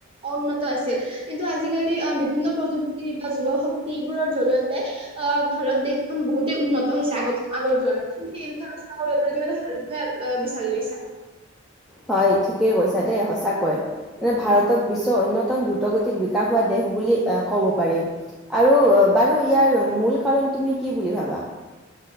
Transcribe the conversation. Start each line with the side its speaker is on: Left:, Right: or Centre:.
Right: অউন্নত আছিল। কিন্তু আজিকালি বিভিন্ন প্ৰযুক্তি বা যুৱ শক্তিবোৰৰ জৰিয়তে অ', ভাৰত দেশখন বহুতেই উন্নত হৈছে, আগত আগৰ তুলনাত। তুমি সেই বিষয়ে আলোচনা কৰিব পাৰা তুমি এটা ভাল বিষয় বিচাৰি লৈছা।
Centre: হয়। ঠিকেই কৈছা দেই, সঁচাকৈ। যে ভাৰতক বিশ্বৰ অন্যতম দ্ৰুতগতিত বিকাশ হোৱা দেশ বুলি এ কব পাৰি। আৰু বাৰু ইয়াৰ মূল কাৰণ তুমি কি বুলি ভাবা